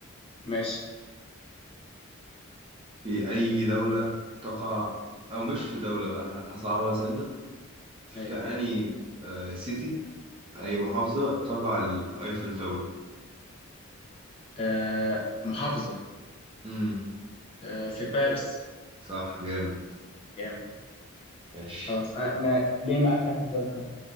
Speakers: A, on the left (about 25°); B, on the right (about 25°).
A: ماشي
B: في اي دولة تقع او مش في دولة بقى ه- هصعبها سنة في
A: أيوة
B: اني آه سيتي اي محافظة تقع الايفل تاور
A: آه محافظة
B: امم
A: آه في باريس
B: صح جامد
A: جامد
B: ماشي
A: خلاص أنا أنا ليا معاك آخر سؤال سهل